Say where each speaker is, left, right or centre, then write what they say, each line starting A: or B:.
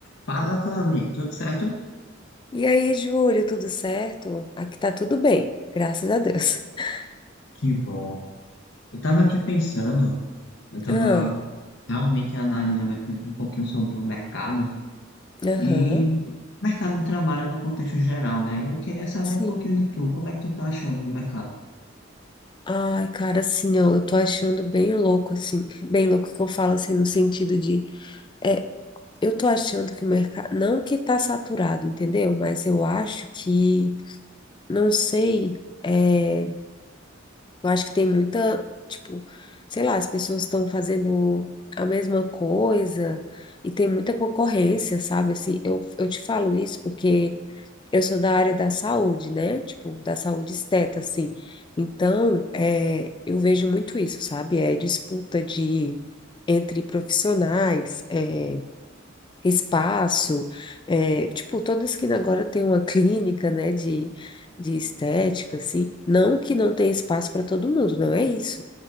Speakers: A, on the left; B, on the left.
A: Fala, Cami, tudo certo?
B: E aí, Júlio, tudo certo? Aqui tá tudo bem, graças a Deus. <laughs>
A: Que bom. Eu estava aqui pensando, eu estava
B: Ah,
A: realmente analisando aqui um pouquinho sobre o mercado
B: aham,
A: e o mercado de trabalho no contexto geral, né? E eu queria saber
B: sim.
A: um pouquinho de tu, como é que tu tá achando no mercado?
B: Ai, cara, assim, ó, eu tô achando bem louco, assim, bem louco que eu falo, assim, no sentido de, é, eu tô achando que o mercado, não que tá saturado, entendeu? Mas eu acho que, não sei, é, eu acho que tem muita, tipo, sei lá, as pessoas estão fazendo a mesma coisa e tem muita concorrência, sabe? Assim, eu, eu te falo isso porque eu sou da área da saúde, né? Tipo, da saúde esteta, assim. Então, é, eu vejo muito isso, sabe? É disputa de entre profissionais, é, espaço, é, tipo, toda esquina agora tem uma clínica, né, de, de estética, assim. Não que não tenha espaço para todo mundo, não é isso.